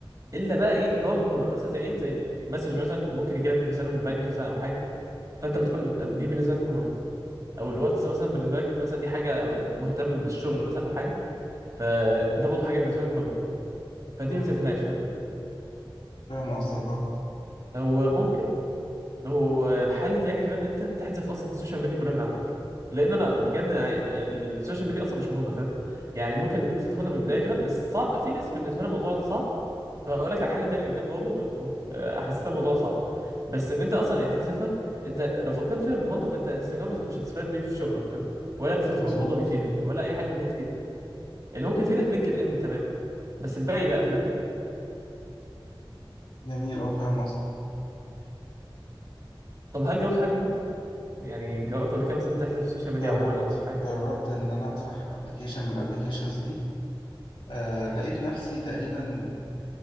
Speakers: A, on the right; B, on the left.
A: الا بقى ايه البرامج المهمه مثلا زي ايه زي المسج مثلا ممكن يجي لك رساله من بنك مثلا او حاجه فانت بتكون دي بالنسبه لك مهمه او الواتس مثلا بالنسبه لك مثلا دي حاجه مهتم بالشغل مثلا او حاجه فده برضه حاجه بالنسبه لك مهمه فدي
B: مم.
A: ما تقفلهاش فاهمني
B: فاهم قصدك اه
A: وممكن والحل تاني كمان ان انت تحذف اصلا السوشيال ميديا كلها من عندك لان انا بجد يعني م- السوشيال ميديا اصلا مش مهمه فاهم يعني ممكن ان انت تاخدها من البدايه كده بس صعب في ناس بالنسبه لها الموضوع ده صعب فهقول لك على حل تاني قدام برضه لو آه، حسيت الموضوع صعب بس ان انت اصلا يعني تحذفها انت لو فكرت فيها بالمنطق انت انستجرام مثلا مش هتستفاد بيه في شغلك فاهمني ولا الفيسبوك
B: مظبوط
A: برضه هيفيدك ولا اي حاجه من دي هتفيدك اللي ممكن يفيدك لينكد ان تمام بس الباقي لا فاهمني
B: جميل اه فاهم قصدك
A: طب هل جربت حاجه منهم يعني جربت قبل كده مثلا تحذف السوشيال ميديا
B: جربت
A: عموما او حاجه
B: جربت ان انا امسح ابلكيشن من الابلكيشنز دي آه لقيت نفسي تقريبا